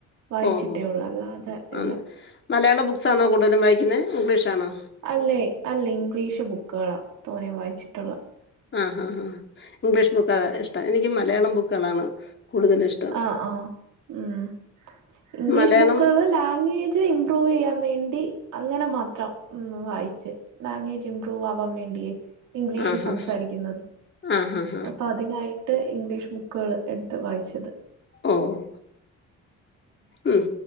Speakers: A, on the right; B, on the left.
A: വായിച്ചിട്ടേ
B: ഓഹോ
A: ഉള്ളൂ അല്ലാതെ
B: ആഹ്
A: ഇല്ല
B: മലയാള ബുക്സാണോ കൂടുതലും വായിക്കുന്നത് ഇംഗ്ലീഷാണോ?
A: അല്ലേ അല്ല ഇംഗ്ലീഷ് ബുക്കുകളാ തോനയും വായിച്ചിട്ടുള്ളത്
B: ആഹ് ഹാ ഹാ ഇംഗ്ലീഷ് ബുക്കാ ഇഷ്ടം എനിക്ക് മലയാളം ബുക്കുകളാണ് കൂടുതല് ഇഷ്
A: ആഹ് ആഹ് ഉം ഇംഗ്ലീഷ്
B: മലയാളം
A: ബുക്കുകൾ ലാംഗ്വേ ജ് ഇംമ്പ്രൂവയ്യാൻ വേണ്ടി അങ്ങനെ മാത്രം ഉം വായിച്ച് ലാംഗ്വേജ് ഇംമ്പ്രൂവ് ആവാൻ വേണ്ടിയേ ഇംഗ്ലീഷിൽ
B: ആഹ്
A: സംസാരിക്കുന്നത്
B: ആഹ് ഹാ
A: അപ്പൊ അതിനായിട്ട് ഇംഗ്ലീഷ് ബുക്കുകള് എടുത്ത് വായിച്ചത്
B: ഓഹ് ഉം